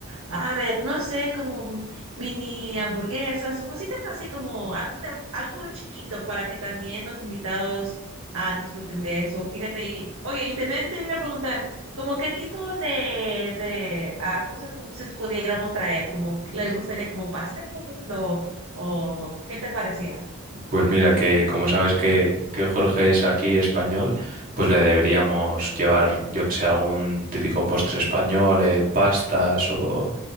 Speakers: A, on the right (about 85°); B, on the right (about 40°).
A: A ver, no sé, como mini hamburguesas o cositas así como algo de- algo chiquito para que también los invitados ah, disfruten de eso. Fíjate, y, oye, y también te voy a preguntar, como qué tipo de, de ah, cosas dulces pudiéramos traer, como ¿qué le gustaría como un pastel o, o qué te parecía?
B: Pues mira, que como sabes que, que Jorge es aquí español, pues le deberíamos llevar, yo que sé, algún típico postre español, eh, pastas o,